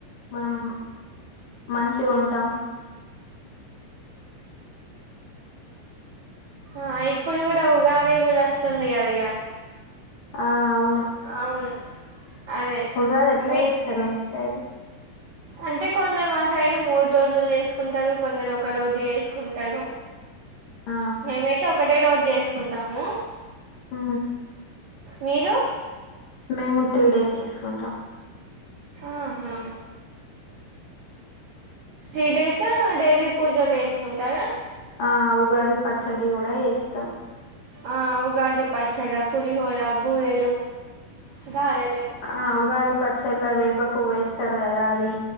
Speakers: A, on the left; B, on the right.
A: మనం మంచిగ ఉంటం
B: ఆ ఇప్పుడు కూడా ఉగాది కూడా వస్తుంది కదా ఇగ
A: ఆ అవును
B: అవును అదే
A: ఉగాది ఎట్లా
B: మీకు
A: చేస్తారు మీ సైడ్
B: అంటే కొందరు మా సైడ్ మూడు రోజులు చేసుకుంటారు కొందరు ఒక రోజు చేసుకుంటారు
A: ఆ
B: మేమైతే ఒకటే రోజు చేసుకుంటాము
A: ఆ
B: మీరు
A: మేము త్రీ డేస్ చేసుకుంటాం
B: ఆహా త్రీ డేస్ డైలీ పూజలు చెసుకుంటారా
A: ఆ ఉగాది పచ్చడి కూడా చేస్తాం
B: ఆ ఉగాది పచ్చడ, పులిహోర, బూరెలు గారెలు
A: ఆ ఉగాది పచ్చడి లో వేప పువ్వు వేస్తారు కదా అది